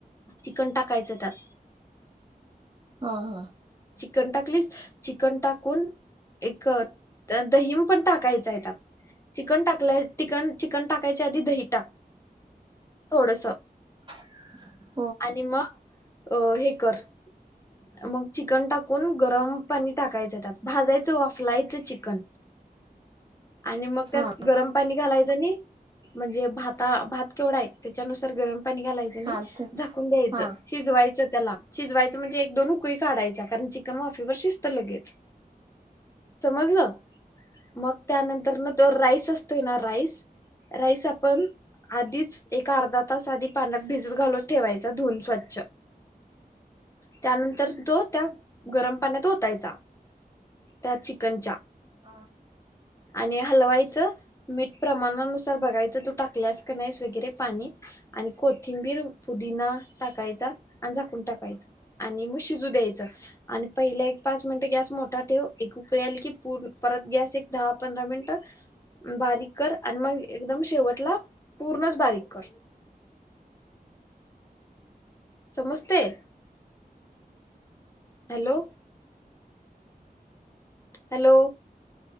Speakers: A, on the left (about 20°); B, on the right (about 30°).
A: चिकन टाकायचं त्यात.
B: हा हा!
A: कन टाकलीस? चिकन टाकून एक त्यात दही टाकायचाय त्यात चिकन टाक लय तीकन चिकन टाकायच्या आधी दही टाक. तोडसं
B: <inaudible>
A: आणि मग अ हे कर मग चिकन टाक कून गरम पाणी टाकायचं त्या. भाजायचं वाफलायचं चिक कन आणि मग त्यात
B: हा
A: गरम पाणी घालायाचं म्हणजे भाता भात केवडाय त्याच्यानुसार गरम पाणी घालायचं आणि
B: हा तेच
A: झाकून घ्यायचं
B: हा
A: शिजवायचं त्याला शिजवायचं म्ह एक दोन उकळी काढायच्या कारण चिकन वाफीवर शिस्त लगेच. समजलं? मग त्यानंतर नं तो राईस असतोय ना राईस राईस. राईस आपण आधीच एका अर्धा तास आधी पाण्यात भिजत घालत ठेवायचा धुन स्वच्छ. त्यानंतर तो त्या गरम पाण्यात ओतायचा. त्या चिकनच्या
B: हा.
A: आणि हलवायचं. मीठ प्रमाणानुसार बघायचं. तू टाकल्यास काय नाहीस वगैरे पाणी आणि कोथिंबीर पुदीना टाकायचा आणि झाकून टाकायचं. आणि मग शिजू द्यायचं. आणि पहिले एक पाच मिनिट गॅस मो टा ठेव. एक उकळी आली की पूर परत गॅस एक दहा पंधरा मिनिटं बारीक कर आणि मग एकदम शेवटला पूर्णच बारीक कर. समस्तय हॅलो! हॅलो!